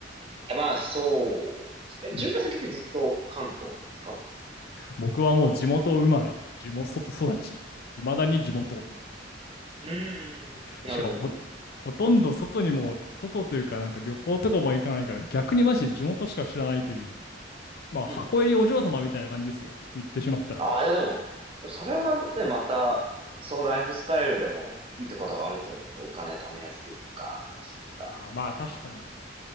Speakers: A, on the right; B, on the left.
A: え、まあ、そうですね。
B: うん
A: 順平さん結局ずっと関東なんですか
B: 僕はもう地元生まれ、地元育ち、いまだに地元。
A: うーん。いや、
B: しかもほ、
A: でもいい。
B: ほとんど外にも、外というかなんか旅行とかも行かないから逆にマジで地元しか知らないという。まあ、
A: うんうん。
B: 箱入りお嬢様みたいな感じですよ。言ってしまったら。
A: ああ、いや、でも、それはね、また、そのライフスタイルでもいいところはあると思うんで、お金貯めやすいとか、なんか、
B: ああ、まあ確かに。